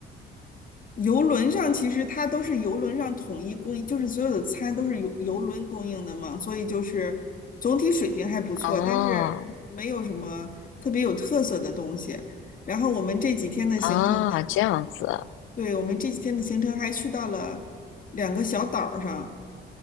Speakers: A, on the left (about 45°); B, on the left (about 85°).
A: 游轮上其实它都是游轮上统一供应，就是所有的餐都是游游轮供应的嘛，所以就是总体水平还不错，
B: 哦
A: 但是没有什么特别有特色的东西。然后我们这几天的行程，
B: 啊，这样子
A: 对，我们这几天的行程还去到了两个小岛儿上。